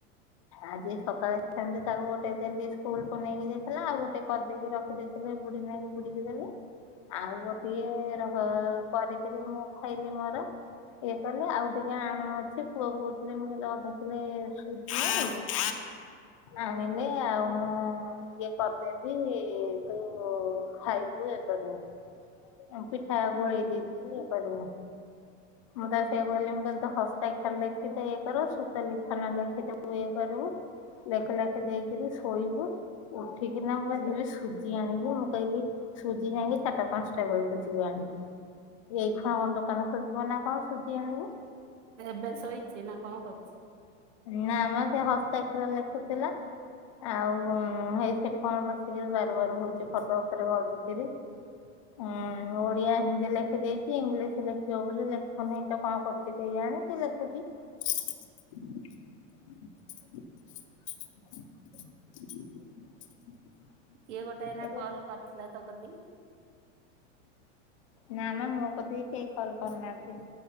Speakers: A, on the left; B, on the right.
A: ଆଜି ସକାଳେ ସେମିତି ତାକୁ ଗୋଟେ ଦେଲି ସ୍କୁଲକୁ ନେଇକି ଯାଇଥିଲା ଆଉ ଗୋଟେ କରିଦେଇକି ରଖିଦଥିଲା। ହେଲେ ବୁଢ ନକି ବୁଢିକି ଦେଲେ। ଆଉ ଗୋଟିଏ ରହ କରିକିରି ମୁଁ ଖାଇଲି ମୋର ଇଏ କଲେ ଆଉ ଟିକେ ଆଣ ଅଛି ପୁଅ କହୁଥିଲେ ମୁଁ କହେ ଅଧା କିଲୋ ସୁଝିବ। ଆଣିନି ଆଉ ମୁଁ ଇଏ କରିଦେବି ତୁ ଖାଇବୁ ଇଏ କରିବୁ ଉଁପି ଠା ଗୋଳେଇ
B: ହୁଁ
A: ଦେଇଥିପି ଇଏ କରବୁ ମୁଁ ତା ସେୟା କହିଲି। ମୁ କଲି ହସ୍ତା ଖାର ଲେଖିଦେ ଇଏ କରିବୁ ସୁତ ଲେଖା ନ ଲେଖିଦବୁ ଇଏ କରିବୁ। ଲେଖେ ଲେଖେ ଦେଇକରି ଶୋଇବୁ। ଉଠିକିନା ବାଜିରେ ସୁଜି ଆଣିବୁ ମୁଁ କହିଲି। ସୁଜି ଯାଇକି ଚାରିଟା ପାଞ୍ଚଟା ବେଳକୁ ଯିବୁ ଆଣିବୁ। ଏଇ ଖଣ କଣ ଦୋକାନ ଖୋଲଥିବ ନା କଣ ସୁଜିି ଆଣିବୁ।
B: ଏବେ ଶୋଇଚି ନା କଣ କରୁଚି।
A: ନା ଆ ମ ସେ ହସ୍ତାକ୍ଷର ଲେଖୁଥିଲା। ଆଉ ହେଇ ସେଠି କଣ ବସିକିରି ବାରୁ ବାରୁ ହୋଉଚି ଖଟ ଉପରେ ଗଡୁକିରି। ଉଁ ଓଡିଆ ହିନ୍ଦୀ ଲେଖିଦେଇଚି ଇଂଲିଶ ଲେଖିବ ବୋଲି ଲେଖୁ ନେହିଁ ତ କଣ କରୁଚି। କେୟାଣି କି ଲେଖୁଚି। <inaudible> <inaudible>
B: କିଏ ଗୋଟେ ଏଇନା
A: ଏଇ
B: କଲ୍ କରିଥିଲା ତୋ କତିିକି।
A: ନା ମ ମୋ କତିକି କେହି କଲ କରିନାହାନ୍ତି।